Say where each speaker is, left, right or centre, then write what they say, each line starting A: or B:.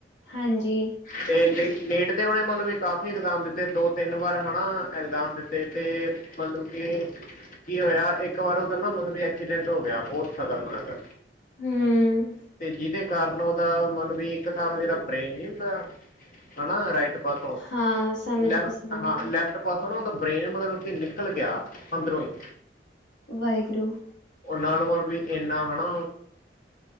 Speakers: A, on the left; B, on the left.
A: ਹਾਂਜੀ!
B: ਤੇ ਨੀਟ, ਨੀਟ ਦੇ ਓਨੇਂ ਮਤਲਬ ਵਈ ਕਾਫੀ ਇਗਜ਼ਾਮ ਦਿੱਤੇ ਦੋ ਤਿੰਨ ਵਾਰ, ਹਣਾ ਏਗਜ਼ਾਮ ਦਿੱਤੇ ਤੇ ਮਤਲਬ ਕਿ, ਕੀ ਹੋਇਆ? ਇੱਕ ਵਾਰ ਓਦਾ ਨਾ ਮਤਲਬ ਬਈ ਐਕਸੀਡੈਂਟ ਹੋ ਗਿਆ, ਬਹੁਤ ਖਤਰਨਾਕ।
A: ਹਮ
B: ਤੇ ਜਿਹਦੇ ਕਾਰਨ ਓ ਦਾ ਮਤਲਬ ਵੀ ਇੱਕ ਹਿਸਾਬ ਨਾਲ ਜੇੜਾ ਬ੍ਰੈਨ ਨੀ ਹੁੰਦਾ, ਹੈਨਾ ਰਾਇਟ ਦੇ ਪਾਸੋਂ,
A: ਹਾਂ ਸਮਝ
B: ਲੈਫਟ
A: ਗਈ ਸਮਝ
B: ਹਾਂ
A: ਗਈ
B: ਲੈਫਟ ਪਾਸੋ ਨਾ ਓਦਾ ਬ੍ਰੇਨ ਮਤਲਬ ਕਿ ਨਿਕਲ ਗਿਆ ਅੰਦਰੋਂ ਈ।
A: ਵਾਹਿਗੁਰੂ।
B: ਓ ਨਾਲ ਵੱਲ‌ ਵੀ ਇੰਨਾ ਹਨਾ।